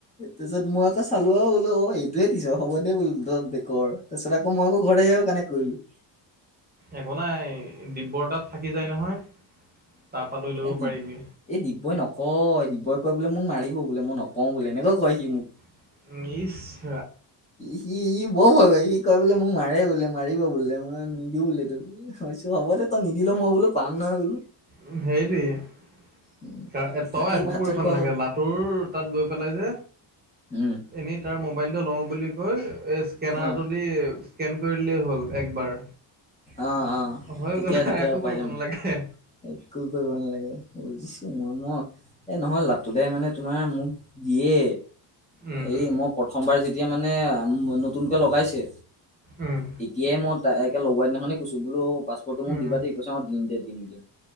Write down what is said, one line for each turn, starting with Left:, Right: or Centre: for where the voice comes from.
Left: তাৰপিছত, মই আকৌ চালো আৰু বোলো, অ'! এইটোৱে দিছ, হ'ব দে বোলো। ত' <unintelligible> তাৰ পিছত, আকৌ মই ঘৰত আহি কানে কানেক্ট কৰিলোঁ।
Right: একো নাই। দিব্যৰ তাত থাকি যায় নহয়। তাৰপা লৈ ল'ব
Left: এ, দিব
Right: পাৰিবি
Left: এই দিব্যই নকয়। দিব্যই কয় বোলে, মোক মাৰিব বোলে, মই নকওঁ বোলে। এনেকেও কয়, সি মোক।
Right: <unintelligible>
Left: সি, ই বৰ হয়, সি কয় বোলে, মোক মাৰে বোলে, মাৰিব বোলে। মই নিদিওঁ বোলে তোক। হ'ব দে তই নিদিলও, মই বোলো, পাম নহয় বোলো।
Right: উম, সেইটোৱে
Left: উম,
Right: তই
Left: বাকী
Right: একো
Left: ভাত
Right: কৰিব
Left: চাত খোৱা
Right: নালাগে।
Left: হ'ল
Right: লটোৰ তাত গৈ পেলাই যে
Left: উম
Right: এনেই তাৰ ম ম'বাইলটো লও বুলি কয়, স্কেনাৰটো
Left: অ
Right: দি স্কেন কৰি দিলে হ'ল একবাৰ।
Left: অ অ
Right: হৈ
Left: তেতিয়া
Right: গ'ল,
Left: তেতিয়া
Right: একো
Left: পাই
Right: কৰিব
Left: যাম
Right: নালাগে।
Left: একো কৰিব নালাগে। বুজিছোঁ মই, মই এ নহয় লাটোদাই মানে, তোমাৰ মোক দিয়ে।
Right: উম,
Left: এই
Right: উম,
Left: মই প্ৰথমবাৰ যেতিয়া মানে, নতুনকে লগাইছে।
Right: উম,
Left: তেতিয়াই, মই একে লগোৱাা দিনাখনে কৈছোঁ বোলো পাছপৰ্টটো মোক
Right: উম,
Left: দিবা দেই। কৈছে, অ'! দিম দে, দিম দে,